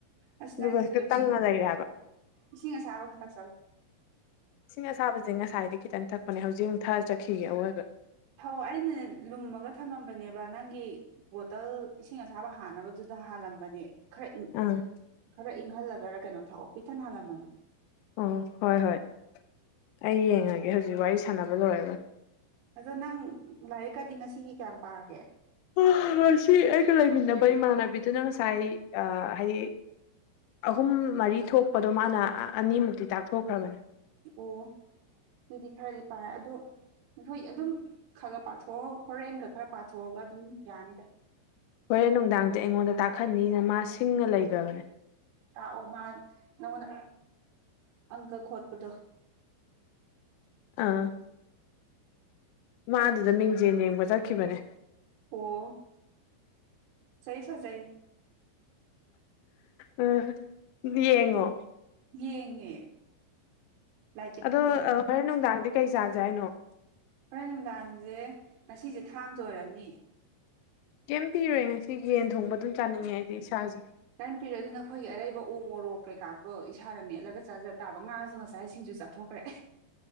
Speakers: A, on the right; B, on the left.
A: ꯑꯁ
B: ꯑꯗꯨꯒ
A: ꯅꯪꯒꯤꯁꯤ
B: ꯍꯦꯛꯇ
A: ꯂꯣꯏ
B: ꯇꯪꯉ
A: ꯁꯨꯔꯦ
B: ꯂꯩꯔꯦ ꯍꯥꯏꯕ
A: ꯏꯁꯤꯡ ꯑꯁꯥꯕ ꯈꯔꯥ ꯊꯛꯆꯜꯂꯨ
B: ꯏꯁꯤꯡ ꯑꯁꯥꯕꯁꯦ ꯉꯁꯥꯏꯗꯤ ꯈꯤꯇꯪ ꯊꯛꯄꯅꯦ ꯍꯧꯖꯤꯛ ꯑꯃꯨꯛ ꯊꯛꯑꯥ ꯆꯠꯈꯤꯒꯦ ꯑꯋꯣꯏꯕ
A: ꯍꯣ ꯑꯩꯅ ꯂꯨꯝꯃꯥꯒ ꯊꯝꯃꯝꯕꯥꯅꯦꯕ ꯅꯪꯒꯤ ꯕꯣꯇꯜ ꯏꯁꯤꯡ ꯑꯁꯥꯕ ꯍꯥꯟꯅꯕꯗꯨꯗ ꯍꯥꯜꯂꯝꯕꯅꯦ ꯈꯔ ꯏꯪ
B: ꯑꯥ
A: ꯈꯔ ꯏꯪꯍꯜꯂꯥꯒꯔꯥ ꯀꯩꯅꯣ ꯊꯥꯛꯑꯣ ꯄꯤꯛꯊꯟꯅꯥ ꯍꯥꯜꯂꯝꯃꯥꯕꯅꯤ
B: ꯎꯝ ꯍꯣꯏ ꯍꯣꯏ ꯑꯩ ꯌꯦꯡꯉꯥꯒꯦ ꯍꯧꯖꯤꯛ ꯋꯥꯔꯤ ꯁꯥꯟꯅꯕ ꯂꯣꯏꯔꯥꯒ
A: ꯑꯗꯣ ꯅꯪ ꯂꯥꯏꯔꯤꯛꯀꯥꯗꯤ ꯉꯁꯤꯒꯤ ꯀꯌꯥꯝ ꯄꯥꯔꯒꯦ
B: ꯍꯥ ꯉꯁꯤ ꯑꯩꯒ ꯂꯩꯃꯤꯟꯅꯕ ꯏꯃꯥꯟꯅꯕꯤꯗꯨꯅ ꯉꯁꯥꯏ ꯍꯥꯏ ꯑꯍꯨꯝ ꯃꯔꯤ ꯊꯣꯛꯄꯗꯣ ꯃꯥꯅ ꯑꯅꯤꯃꯨꯛꯇꯤ ꯇꯥꯛꯊꯣꯛꯈ꯭ꯔꯕꯅꯤ
A: ꯑꯣ ꯑꯗꯨꯗꯤ ꯈꯔꯥꯗꯤ ꯄꯥꯔꯦ ꯑꯗꯣ ꯅꯈꯣꯏ ꯑꯗꯨꯝ ꯈꯒꯥ ꯄꯥꯊꯣꯛꯑꯥꯒꯥ ꯍꯣꯔꯦꯟꯒꯥ ꯈꯔꯥ ꯄꯥꯊꯣꯛꯑꯥꯒ ꯑꯗꯨꯝ ꯌꯥꯅꯤꯗꯥ
B: ꯍꯣꯔꯦꯟ ꯅꯨꯡꯗꯥꯡꯗꯤ ꯑꯩꯉꯣꯟꯗꯥ ꯇꯥꯛꯍꯟꯅꯤꯅ ꯃꯥ ꯁꯤꯡꯉꯥ ꯂꯩꯒ꯭ꯔꯥꯕꯅꯦ
A: ꯇꯥꯛꯑꯣ ꯃꯥ ꯅꯪꯉꯣꯟꯗꯥ ꯑꯪꯀꯥ ꯈꯣꯠꯄꯗꯣ
B: ꯑꯥ ꯃꯥ ꯑꯗꯨꯗ ꯃꯤꯡꯖꯦꯜ ꯌꯦꯡꯕ ꯆꯠꯈꯤꯕꯅꯦ
A: ꯑꯣ ꯐꯖꯩ ꯐꯖꯩ
B: ꯑꯥ ꯌꯦꯡꯉꯣ
A: ꯌꯦꯡꯉꯦ ꯂꯥꯏꯠ ꯗꯤꯕꯦꯇꯤꯡ
B: ꯑꯗꯣ ꯍꯣꯔꯦꯟ ꯅꯨꯡꯗꯥꯡꯗꯤ ꯀꯩ ꯆꯥꯖꯦ ꯍꯥꯏꯅꯣ
A: ꯍꯣꯔꯦꯟ ꯅꯨꯡꯗꯥꯡꯁꯦ ꯉꯁꯤꯁꯦ ꯊꯥꯡꯖꯥ ꯑꯣꯏꯔꯝꯅꯤ
B: ꯀꯩꯝ ꯄꯤꯔꯣꯏ ꯉꯁꯤ ꯌꯦꯟ ꯊꯣꯡꯕ ꯑꯗꯨꯝ ꯆꯥꯅꯤꯡꯉꯦ ꯑꯩꯗꯤ ꯏꯁꯥꯁꯦ
A: ꯀꯩꯝ ꯄꯤꯔꯣꯏ ꯑꯗꯨꯨꯅꯥ ꯑꯈꯣꯏꯒꯤ ꯑꯔꯩꯕ ꯎ ꯃꯣꯔꯣꯛ ꯀꯩꯀꯥꯗꯣ ꯏꯁꯥꯅ ꯃꯦꯠꯂꯥꯒ ꯆꯥꯖ ꯇꯥꯕ ꯉꯥꯁꯨ ꯉꯁꯥꯏ ꯁꯤꯡꯖꯨ ꯆꯥꯊꯣꯛ ꯍꯣꯢ